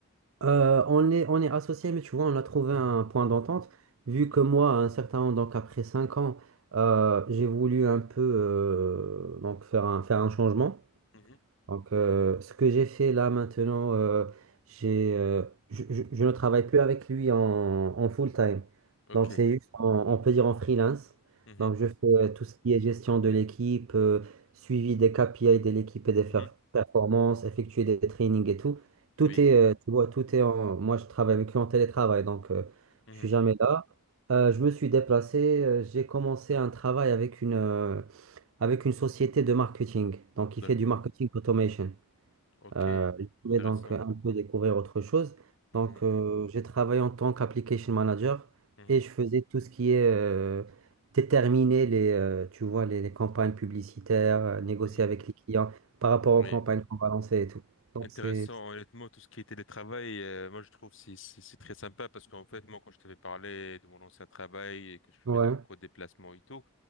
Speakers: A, on the right; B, on the left.
A: Euh, on est, on est associés, mais tu vois, on a trouvé un point d'entente. Vu
B: Mhm.
A: que moi, à un certain moment, donc après 5 ans, euh, j'ai voulu un peu euh, donc faire un, faire un changement.
B: Mhm.
A: Donc, euh, ce que j'ai fait là maintenant, euh, j'ai, euh, je, je- je ne travaille plus avec lui en, en full-time.
B: Ok.
A: Donc, c'est juste, en- on peut dire en freelance.
B: Mhm.
A: Donc, je fais euh, tout ce qui est gestion de l'équipe, euh, suivi des KPI de l'équipe et des
B: Mhm.
A: fer- performances, effectuer des trainings et tout. Tout
B: Oui.
A: est, euh, tu vois, tout est en. Moi, je travaille avec lui en télétravail, donc euh,
B: Mhm.
A: je suis jamais là. Euh, je me suis déplacé, euh, j'ai commencé un travail avec une, euh, avec une société de marketing. Donc,
B: D'accord.
A: il fait du marketing automation.
B: Ok,
A: Euh, je voulais
B: intéressant.
A: donc un peu découvrir autre chose.
B: Mhm.
A: Donc, euh, j'ai travaillé en tant qu'application manager
B: Mhm.
A: et je faisais tout ce qui est euh, déterminer les, euh, tu vois, les, les campagnes publicitaires, euh, négocier
B: Mhm.
A: avec les clients par rapport
B: Oui.
A: aux campagnes qu'on va lancer et tout. Donc,
B: Intéressant,
A: c'est...
B: honnêtement, tout ce qui est télétravail, euh, moi je trouve c'est c'est c'est très sympa parce qu'en fait, moi quand je t'avais parlé de mon ancien travail et que je
A: Ouais,
B: faisais beaucoup de déplacements et tout,